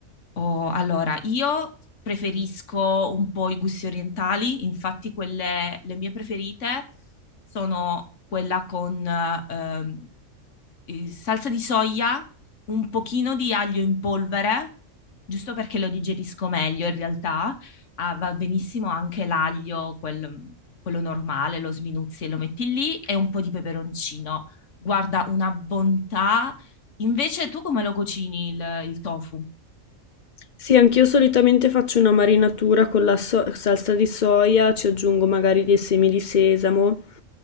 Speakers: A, on the left; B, on the left.
A: Oh, allora, io preferisco un po' i gusti orientali, infatti quelle, le mie preferite sono quella con ehm, eh, salsa di soia, un pochino di aglio in polvere, giusto perché lo digerisco meglio in realtà. Ah, va benissimo anche l'aglio, quel- quello normale, lo sminuzzi e lo metti lì, e un po' di peperoncino. Guarda, una bontà. Invece tu come lo cucini il il tofu?
B: Sì, anch'io solitamente faccio una marinatura con la so- salsa di soia, ci aggiungo magari dei semi di sesamo